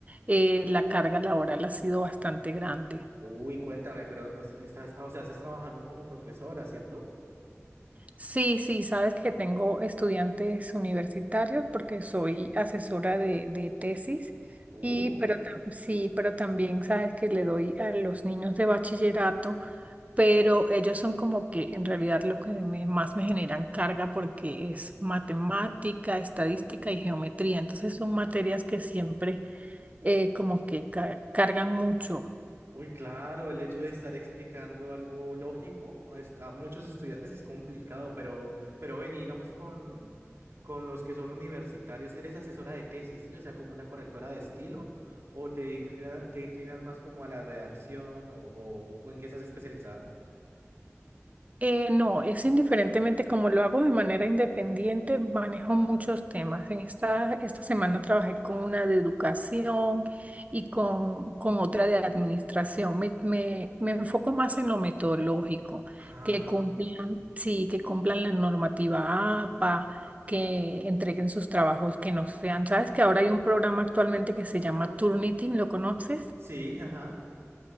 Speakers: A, on the right; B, on the right.
A: eh, la carga laboral ha sido bastante grande.
B: Uy, cuéntame, pero o sea, estás, ah, o sea, estás trabajando como profesora, ¿cierto?
A: Sí, sí, sabes que tengo estudiantes universitarios porque soy asesora de, de tesis.
B: Uh,
A: Y, pero tam- sí, pero también sabes que le doy a los niños de bachillerato pero ellos son como que en realidad lo que me- más me generan carga porque es matemática, estadística y geometría. Entonces son materias que siempre eh, como que ca- cargan mucho.
B: uy, claro, el hecho de estar explicando algo lógico es- a muchos estudiantes es complicado, pero, pero ven, y digamos con, con los que son universitarios, eres asesora de tesis, ¿sí? O sea, como una correctora de estilo, o te inclina- te inclinas más como a la redacción, o, o o en qué estás especializada?
A: Eh, no, es indiferentemente como lo hago de manera independiente, manejo muchos temas. En esta, esta semana trabajé con una de educación y con, con otra de administración. Me, me, me enfoco más en lo metodológico,
B: Ah,
A: que cumplan, sí, que cumplan la normativa APA, que entreguen sus trabajos, que no sean. ¿Sabes que ahora hay un programa actualmente que se llama Turnitin? ¿Lo conoces?
B: sí, ajá.